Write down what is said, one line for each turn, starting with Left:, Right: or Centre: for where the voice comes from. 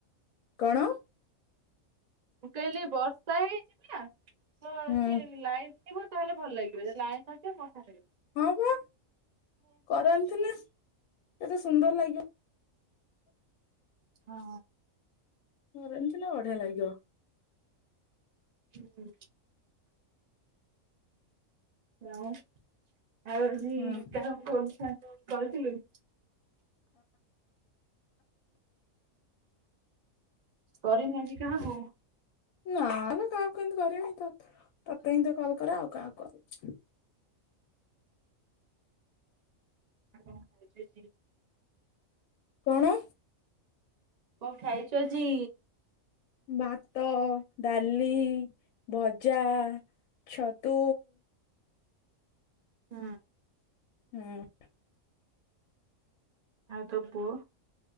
Left: କଣ?
Right: ମୁଁ କହିଲି ବର୍ଷା ହେଇଛି ନା ତ ଏଠି
Left: ହୁଁ
Right: ଲାଇ ବୁ ତାହେଲେ ଭଲ ଲାଗିବ ଯଦି ଲାଇନ୍ ନ ଥିବ <unintelligible>
Left: ହଁ ବା କରନ୍ତି ନା କେତେ ସୁନ୍ଦର ଲାଗିବ।
Right: ହଁ।
Left: କରନ୍ତୁ ନା ବଢିଆ ଲାଗିବ।
Right: ହୁଁ। ହଁ ଆଉ ଯି
Left: ହଁ
Right: କାହାକୁ କହୁ କହିଥିଲୁ କରିନ କି କାହାକୁ?
Left: ନା ନା କାହାକୁ କେମିତି କରିବି ତତେ ହିଁ ତ କଲ୍ କରେ ଆଉ କାହାକୁ କରେ।
Right: <unintelligible>
Left: କଣ?
Right: କଣ ଖାଇଛୁ ଆଜି?
Left: ଭାତ ଡାଲି ଭଜା ଛତୁ
Right: ହୁଁ।
Left: ହୁଁ।
Right: ଆଉ ତୋ ପୁଅ?